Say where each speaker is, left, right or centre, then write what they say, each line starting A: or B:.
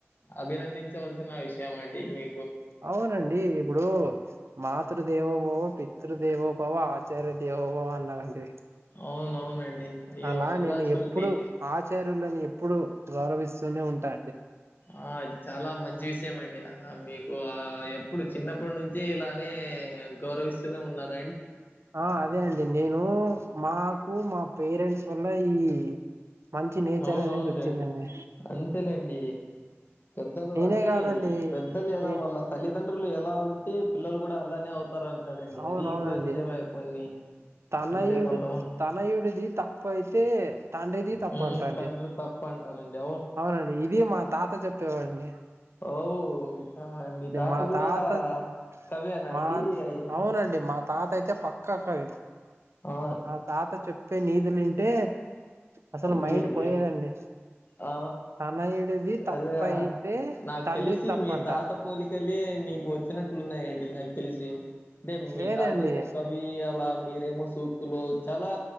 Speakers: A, on the left; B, on the right.
A: అభినందించవలసిన విషయం అండి మీ
B: అవునండి ఇప్పుడు మాతృదేవోభవ పితృదేవోభవ ఆచార్య దేవోభవ అన్నరండి
A: అవునవునండి అయ్యో
B: అలా
A: మళ్ళా
B: నేను
A: సూక్తి
B: ఎప్పుడు ఆచార్యులని ఎప్పుడు గౌరవిస్తూనే ఉంటా అండి
A: ఆ అది చాలా మంచి విషయం అండి అ మీకు ఆ ఎప్పుడు చిన్నప్పటి నుం చి ఇలానే గౌరవిస్తూనే ఉన్నార
B: ఆ అదే అండి నేనూ మాకు మా పేరెంట్స్ వల్ల ఈ మంచి నేచర్
A: అవునవును
B: అనేది వచ్చిందండి
A: లెండి అంతేలేం డి పెద్దలు
B: నేనే
A: అంటే
B: కాదండి
A: పెద్దలు ఎలా
B: నే
A: వాళ్ళ తల్లిదం డ్రులు ఎలా ఉంటే పిల్లలు గుడా అలానే అవుతారంటారండి
B: అవునవునండి
A: అది గుడా నిజమే కొన్ని
B: తనయుడు
A: అంతే కొంతమంది
B: తనయుడిది తప్పు అయితే తండ్రిది తప్పు
A: ఉమ్
B: అంటండి
A: తండ్రి తప్పంటారండి
B: అవునండి ఇది మా తాత చెప్పేవాడిని
A: ఓవ్ ఆ మీ తాత
B: మా
A: గూడా
B: తాత
A: కవి ఎనా
B: మా
A: అండి అయ
B: అవునండి మా తాత అయితే పక్క కవి
A: ఆ
B: మా తాత చెప్పే నీతులింటే అసలు
A: అవునులేండి
B: మైండ్ పోయేదండి
A: ఆ
B: తనయుడిది తప్ప
A: అదే
B: అయితే
A: నాకు
B: తండ్రిది
A: తెలిసి
B: తప్పంట
A: మీ తాత పోలికలే నీక్ కు వచ్చినట్లు ఉన్నాయండి నాకు తెలిసి అంటే మీ
B: లేదండి
A: తాత ఏమొ కవి అలా మీరేమో సూక్తులు చాలా